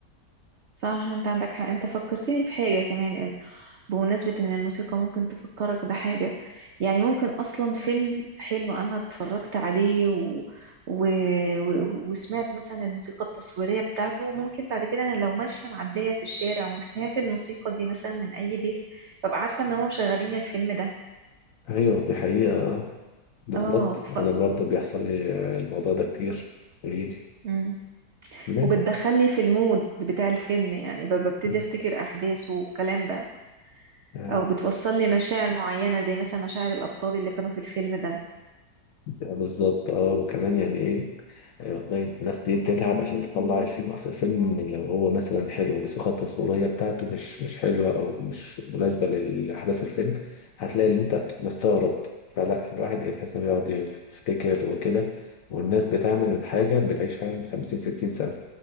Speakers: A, on the right (about 75°); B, on the left (about 65°).
A: صح انت عندك حق انت فكرتني بحاجة كمان بمناسبة إن الموسيقى ممكن تفكرك بحاجة يعني ممكن أصلا فيلم حلو أنا اتفرجت عليه و... و... و... وسمعت مثلا الموسيقى التصويرية بتاعته ممكن بعد كده أنا لو ماشية معدية في الشارع وسمعت الموسيقى دي مثلا من أي بيت ببقى عارفة إن هم مشغلين الفيلم ده
B: أيوه دي حقيقة آه، بالظبط
A: اه ف...
B: أنا برضو بيحصل لي آه، الموضوع ده كتير قوليلي
A: مم.
B: كملي
A: وبتدخلني في المود بتاع الفيلم يعني ب- ببتدي
B: مم.
A: أفتكر أحداثه والكلام ده
B: أيوه
A: أو بتوصل لي مشاعر معينة زي مثلا مشاعر الأبطال اللي كانوا في الفيلم ده
B: بالظبط اه وكمان يعني ايه آه، والله الناس دي بتتعب عشان تطلع الفيلم اصل الفيلم لو هو مثلا حلو بس الخطة التصويرية بتاعته مش مش حلوة او مش مناسبة لاحداث الفيلم هتلاقي اللي انت مستغرب فلا الواحد يتحس انه بيقعد يفتكر وكده والناس بتعمل الحاجة بتعيش فعلا 50 60 سنة